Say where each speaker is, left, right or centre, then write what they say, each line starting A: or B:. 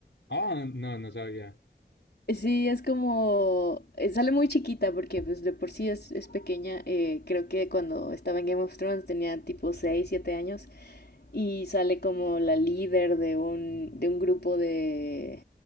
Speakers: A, on the left; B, on the left.
A: Ah, no, no sabía.
B: Sí, es como, eh, sale muy chiquita porque pues de por sí es, es pequeña. eh, creo que cuando estaba en Game of Thrones tenía tipo 6 7 años y sale como la líder de un, de un grupo de...